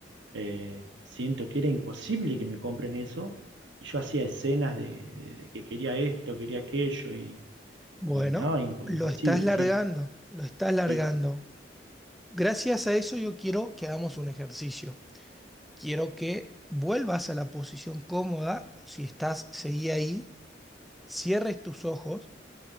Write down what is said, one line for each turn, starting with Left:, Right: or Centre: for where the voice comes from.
Right: eh, siento que era imposible que me compren eso. Y yo hacía escenas de, de que quería esto, quería aquello, y,
Centre: Bueno,
Right: y no, imp-
Centre: lo
Right: imposible,
Centre: estás largando,
Right: sí,
Centre: lo estás largando.
Right: sí.
Centre: Gracias a eso yo quiero que hagamos un ejercicio. Quiero que vuelvas a la posición cómoda, o si estás, seguí ahí, cierres tus ojos